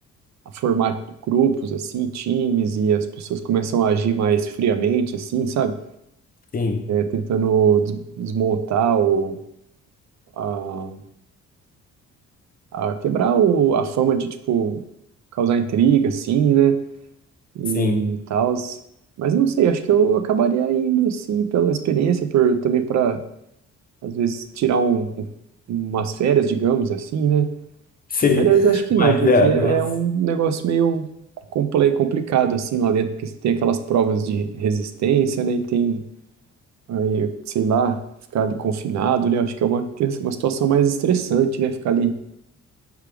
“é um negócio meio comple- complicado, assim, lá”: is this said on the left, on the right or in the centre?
Right